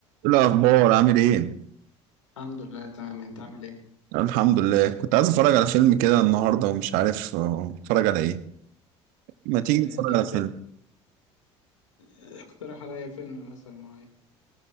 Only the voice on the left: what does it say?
الحمد لله تمام انت عامل ايه
آه
ليك
آه، اقترح عليا فيلم مثلا معين